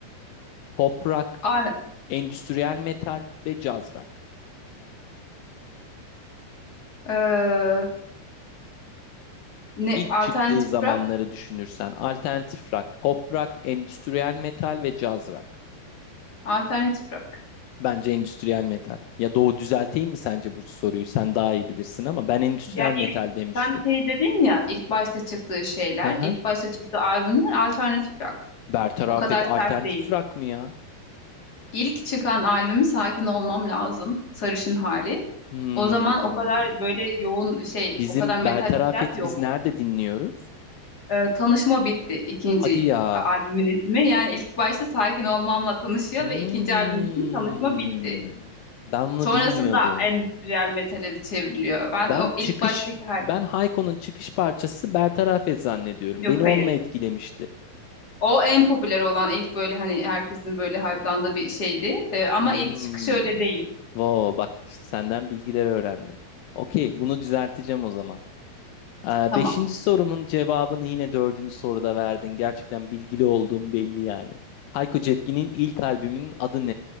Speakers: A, on the left; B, on the left.
A: pop rock,
B: A-
A: endüstriyel metal ve caz rock.
B: e, ne
A: İlk
B: alternatif
A: çıktığı zamanları
B: rock?
A: düşünürsen alternatif rock, pop rock, endüstriyel metal ve caz rock.
B: Alternatif rock.
A: Bence endüstriyel metal. Ya Doğu düzelteyim mi sence bu soruyu? Sen daha iyi bilirsin ama ben endüstriyel
B: Ya ilk
A: metal demiştim.
B: sen şey dedin ya ilk başta çıktığı şeyler,
A: Hı hı.
B: ilk başta çıktığı albümler alternatif rock.
A: Bertaraf
B: O kadar
A: et alternatif
B: sert değil.
A: rock mı ya?
B: İlk çıkan albümü Sakin Olmam Lazım, Sarışın Hali.
A: Hmm.
B: O zaman o kadar böyle yoğun şey,
A: Bizim
B: o kadar metal
A: Bertarafet'i
B: hissiyat yok.
A: biz nerede dinliyoruz?
B: Ee, tanışma bitti ikinci
A: Hadi ya.
B: albümün ismi. Yani ilk başta Sakin Olmam'la tanışıyor
A: Hmm.
B: ve ikinci albümün ismi Tanışma Bitti.
A: Ben bunu
B: Sonrasında
A: bilmiyordum.
B: endüstriyel metale de çevriliyor. Ben
A: Ben
B: o ilk
A: çıkış,
B: baştaki hali
A: ben Hayko'nun çıkış parçası Bertarafet zannediyorum.
B: yok
A: Beni
B: hayır.
A: onunla etkilemişti.
B: O en popüler olan ilk böyle hani herkesin böyle hype'landığı bir şeydi. Ee, ama
A: Hmm.
B: ilk çıkış öyle değil.
A: Wow, bak işte senden bilgiler öğrendim. Okey, bunu düzelteceğim o zaman. Ee,
B: Tamam.
A: beşinci sorumun cevabını yine dördüncü soruda verdin. Gerçekten bilgili olduğum belli yani. Hayko Cepkin'in ilk albümünün adı